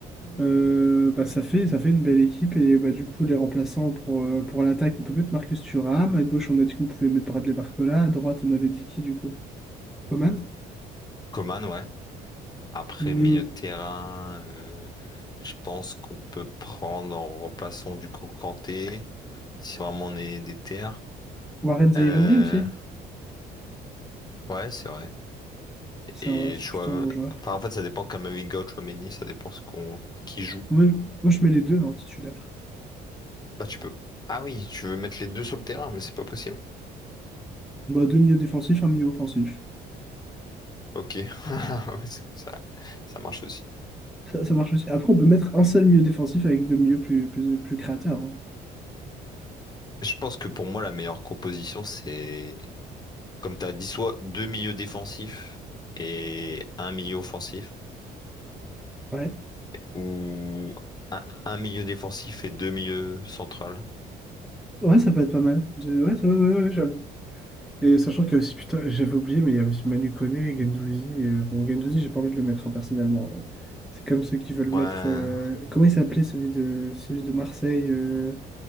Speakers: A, in the centre; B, on the left.
A: euh, bah, ça fait, ça fait une belle équipe. Et bah, du coup, les remplaçants pour, euh, pour l'attaque, on peut mettre Marcus Thuram. À gauche, on a dit qu'on pouvait mettre Bradley Barcola. À droite, on avait dit qui, du coup? Coman.
B: Coman, ouais. Après
A: Mio.
B: milieu de terrain, euh, je pense qu'on peut prendre en remplaçant du coup Kanté, si vraiment on est des terres.
A: Warren Zaïre-Emery
B: Euh,
A: aussi.
B: ouais, c'est vrai.
A: C'est
B: Et
A: un- c'est
B: Chouam...
A: plutôt un bon joueur.
B: enfin, en fait, ça dépend Kamavinga ou Tchouaméni, ça dépend ce qu'on qui joue.
A: Moi, je moi, je mets les deux en titulaire.
B: Bah, tu peux. Ah oui, tu veux mettre les deux sur le terrain, mais c'est pas possible.
A: Bah, deux milieux défensifs, un milieu offensif.
B: Ok, <laughs> Ouais, c'est- ça, ça marche aussi.
A: Ça, ça marche aussi. Après, on peut mettre un seul milieu défensif avec deux milieux plus, plus, plus créateurs. hein.
B: Je pense que pour moi, la meilleure composition, c'est, comme tu as dit, soit deux milieux défensifs et un milieu offensif
A: Ouais.
B: Ou un, un milieu défensif et deux milieux centrales.
A: Ouais, ça peut être pas mal. De- Ouais, ça- ouais, ouais, ouais, j'avoue. Et sachant qu'il y a aussi, putain, j'avais oublié, mais il y a aussi Manu Koné, Gendouzi. euh, bon, Gendouzi, j'ai pas envie de le mettre hein, personnellement. hein. C'est comme ceux qui veulent
B: Ouais,
A: mettre. euh, comment il s'appelait celui de, celui de Marseille, euh,